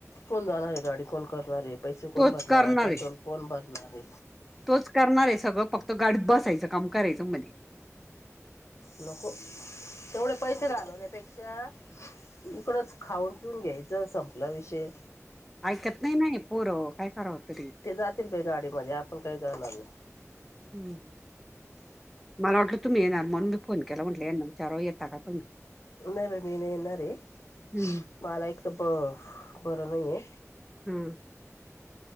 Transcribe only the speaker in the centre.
तोच
करणार
तोच करणार आहे सगळं फक्त गाडीत बसायचं काम करायचं मला
आऐकत नाही नाही पूर काय खरा होतरी
हम् मला वाटलं तुम्ही येणार म्हणून मी फोन केला म्हटलं यांना विचारो येता का तुम्ही
हम्म
हम्म